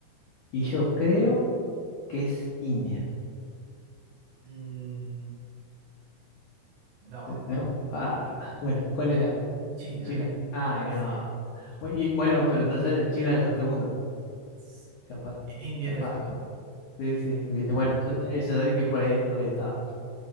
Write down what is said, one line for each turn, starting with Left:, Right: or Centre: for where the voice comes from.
Left: Y yo creo que es India.
Right: Mm, no,
Left: ¿No? Ah,
Right: no.
Left: bueno, ¿cuál era?
Right: China,
Left: China. Ah, no.
Right: sí.
Left: Bu- Y bueno, pero entonces China es el segundo.
Right: S-
Left: Capaz,
Right: eh, India
Left: capaz.
Right: es el segundo.
Left: Sí, sí, viste. Bueno, yo- eso es alguien que por ahí, por ahí estaba.